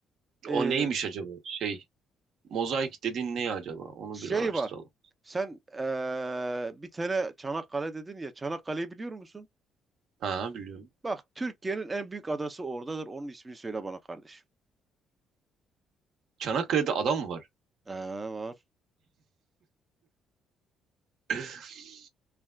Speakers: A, on the right; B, on the right.
A: Ee,
B: O neymiş acaba? Şey. Mozaik dediğin ne acaba? Onu
A: şey
B: bir araştıralım.
A: var. Sen ee, bir tane Çanakkale dedin ya. Çanakkale'yi biliyor musun?
B: Ha biliyorum.
A: Bak Türkiye'nin en büyük adası oradadır. Onun ismini söyle bana kardeşim.
B: Çanakkale'de ada mı var?
A: Ee, var.
B: <laughs>